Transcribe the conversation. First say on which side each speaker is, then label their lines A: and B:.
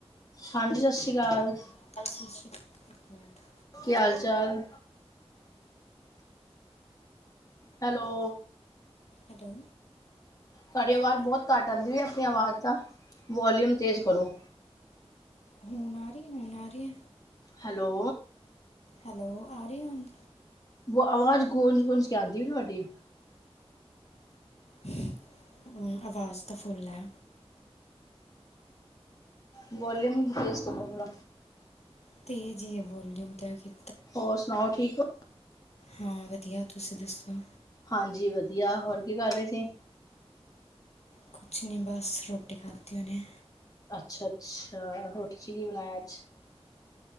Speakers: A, on the left; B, on the left.
A: ਹਾਂਜੀ ਸਤਿ ਸ਼੍ਰੀ ਅਕਾਲ-
B: <unintelligible>
A: ਕਯਾ ਹਾਲ ਚਾਲ। Hello
B: hello.
A: ਤੁਡੀ ਆਵਾਜ਼ ਬਹੁਤ ਘਟ ਆਉਂਦੀ ਹੈ ਆਪਣੀ ਆਵਾਜ਼ ਦਾ ਵੋਲੀਅਮ ਤੇਜ਼ ਕਰੋ
B: ਹੋਣ ਆ ਰੀ
A: ਹੈਲੋ।
B: ਹੈਲੋ ਆਰੀ ਹੁਨ-
A: ਆਵਾਜ਼ ਗੂੰਜ-ਗੂੰਜ ਕੇ ਆਂਦੀ ਤੁਹਾਡੀ।
B: ਹਮ ਅਵਾਜ਼ ਤਾਂ ਫੁੱਲ ਹੈ।
A: ਵੋਲਿਊਮ ਤੇਜ ਕਰਲੋ ਥੋੜਾ।
B: ਤੇਜ ਇਹ ਹ ਵੋਲੁਮ ਤਾਂ ਜੀ।
A: ਹੋਰ ਸੁਣਾਓ ਠੀਕ ਹੋ।
B: ਹਾਂ ਵਧੀਆ ਤੁਸੀਂ ਦੱਸੋ?
A: ਹਾਂਜੀ ਵਧੀਆ ਹੋਰ ਕੀ ਕਰ ਰਹੇ ਸੀ।
B: ਕੁਛ ਨਹੀਂ ਬਸ ਰੋਟੀ ਖਾਤੀ ਹੁਣੇ।
A: ਅੱਛਾ-ਅੱਛਾ ਰੋਟੀ 'ਚ ਕੀ ਬਣਾਇਆ ਅੱਜ।